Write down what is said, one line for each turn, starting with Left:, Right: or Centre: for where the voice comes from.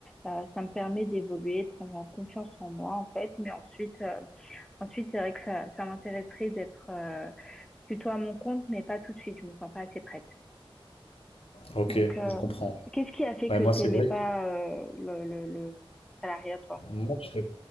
Centre: Euh, ça me permet d'évoluer, de prendre en confiance en moi, en fait. Mais ensuite, euh, ensuite, c'est vrai que ça, ça m'intéresserait d'être euh, plutôt à mon compte, mais pas tout de suite. Je me sens pas assez prête.
Left: Ok,
Centre: Donc, euh,
Left: je comprends.
Centre: qu'est-ce qui a fait
Left: Ouais,
Centre: que
Left: moi,
Centre: t'aimais
Left: c'est vrai.
Centre: pas
Left: que-
Centre: euh, le, le, le salariat, toi?
Left: Moi, je-